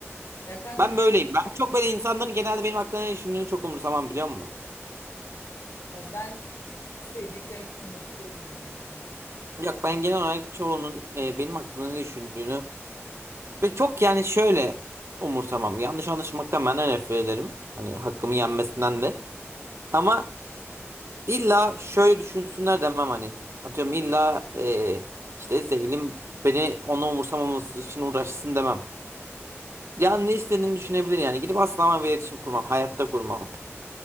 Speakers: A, on the left; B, on the right.
A: ya kanka
B: Ben böyleyim. Ben çok böyle insanların genelde benim hakkında ne düşündüğünü çok umursamam biliyor musun?
A: ya ben sevdiklerimin umursuyorum ya baya.
B: Yok ben genel olarak çoğunun e, benim hakkında ne düşündüğünü Ve çok yani şöyle umursamam. Yanlış anlaşılmaktan ben de nefret ederim. Hani hakkımı yenmesinden de. Ama illa şöyle düşünsünler demem hani. Atıyorum illa eee, işte sevgilim beni onu umursamaması için uğraşsın demem. Yani ne istediğini düşünebilir yani. Gidip asla ama bir iletişim kurmam. Hayatta kurmam.